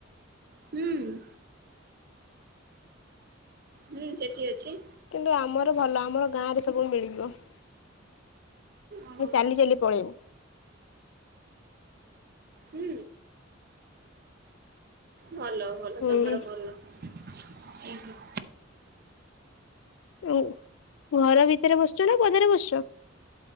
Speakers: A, on the right; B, on the left.
A: ହୁଁ। ହୁଁ ସେଠି ଅଛି।
B: କିନ୍ତୁ ଆମର ଭଲ ଆମର ଗାଁ ରେ ସବୁ ମିଳିଯିବ
A: ଓହୋ
B: ଚାଲି ଚାଲି। ପଳେଇମୁ।
A: ହୁଁ। ଭଲ ଭଲ
B: ହୁଁ
A: ତମର ଭଲ ଉଁ ହୁଁ।
B: ଉଁ ଘର ଭିତରେ ବସିଛ ନା ପଦାରେ ବସିଛ?